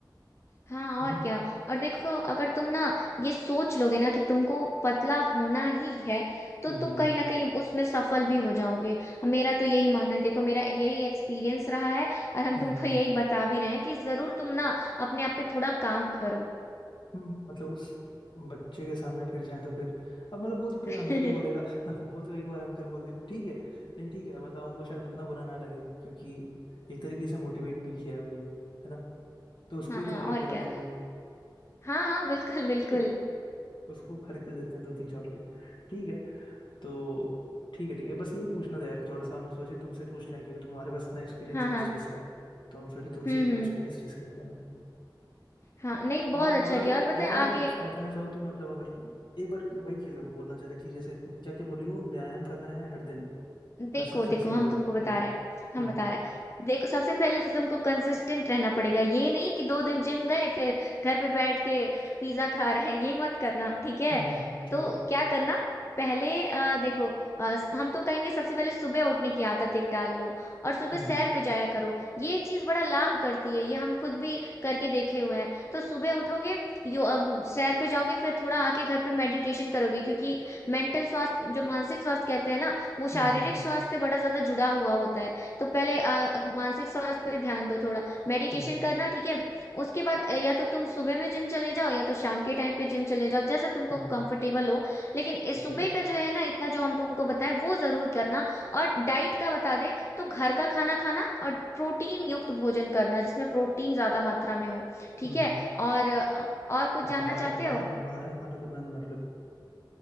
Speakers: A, on the left (about 35°); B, on the left (about 70°).
A: हाँ
B: हम्म
A: और क्या और देखो अगर तुम ना ये सोच लोगे ना कि तुमको पतला होना ही है तो
B: हम्म
A: तुम
B: हम्म
A: कहीं ना कहीं उसमें सफल भी हो जाओगे हम- मेरा तो यही मानना है देखो मेरा यही एक्सपीरियंस रहा है और हम
B: हम्म
A: तुमको यही बता भी रहे हैं कि जरूर तुम ना अपने आप पे थोड़ा काम करो
B: हम्म, मतलब उस बच्चे के सामने फिर जाएं तो फिर अब मतलब वो तो फिर
A: <laughs>
B: अंकल ही बोलेगा <laughs> वो तो एक बार अंकल बोल दिया तो ठीक है लेकिन ठीक है मतलब हमको शायद उतना बुरा ना लगे क्योंकि एक तरीके से मोटिवेट भी किया है भाई है ना तो उसको
A: हाँ
B: ही चॉकलेट
A: और
B: खिला
A: क्या
B: देंगे
A: हाँ हाँ बिल्कुल बिल्कुल
B: <laughs> उसको खरीद के देते हैं दो तीन चॉकलेट ठीक है तो ठीक है ठीक है बस यही पूछना था यार थोड़ा सा हम सोचे तुमसे पूछ लें क्योंकि तुम्हारे पास इतना एक्सपीरियंस
A: हाँ
B: है
A: हाँ
B: इस चीज़ का तो हम सोचे तुमसे
A: हम्म
B: ही पूछ
A: हम्म
B: लें इस चीज़ के बारे में
A: हाँ नहीं बहुत
B: और
A: अच्छा
B: और अगर
A: किया और पता
B: और
A: है
B: अगर
A: आगे
B: कुछ बताना चाहो तो मतलब अगर एक बार वही चीज़ अब बोलना चाह रहा कि जैसे क्या क्या बोली हो व्यायाम करना है हर दिन
A: देखो
B: कंसिस्टेंसी
A: देखो हम
B: के साथ
A: तुमको बता
B: हम्म
A: रहे हैं हम
B: हम्म
A: बता रहे हैं देखो सबसे पहले तो तुमको कंसिस्टेंट रहना पड़ेगा ये नहीं कि दो दिन जिम गए फिर घर पे बैठ के पिज्जा खा रहे हैं ये मत करना ठीक है
B: हम्म हम्म, ठीक
A: तो
B: है
A: क्या करना पहले अ, देखो अ, हम तो कहेंगे सबसे पहले सुबह उठने की आदत एक डाल लो और सुबह
B: हम्म
A: सैर पे जाया करो ये चीज बड़ा लाभ करती है ये हम खुद भी करके देखे हुए हैं तो सुबह उठोगे यो अम, सैर पे जाओगे फिर थोड़ा आके घर पे मेडिटेशन करोगे क्योंकि मेंटल स्वास्थ्य जो मानसिक स्वास्थ्य कहते हैं ना वो
B: हम्म
A: शारीरिक
B: हम्म
A: स्वास्थ्य से बड़ा ज्यादा जुड़ा हुआ होता है तो पहले आ, मानसिक स्वास्थ्य पे ध्यान दो थोड़ा मेडिटेशन
B: हम्म
A: करना ठीक है उसके बाद अ, या तो तुम सुबह में जिम चले जाओ या तो शाम के टाइम पे जिम चले जाओ जैसा तुमको
B: हम्म, हम्म,
A: कंफर्टेबल हो लेकिन
B: ठीक
A: इस सुबह
B: है
A: का जो है ना इतना जो हम तुमको बताएं वो जरूर करना और डाइट का बता दें तो घर का खाना खाना और प्रोटीन युक्त भोजन करना जिसमें प्रोटीन ज्यादा मात्रा में हो ठीक
B: हम्म
A: है और अ, और कुछ
B: बा-
A: जानना
B: बाहर
A: चाहते
B: बाहर
A: हो
B: बाहर का खाना तो बंद मतलब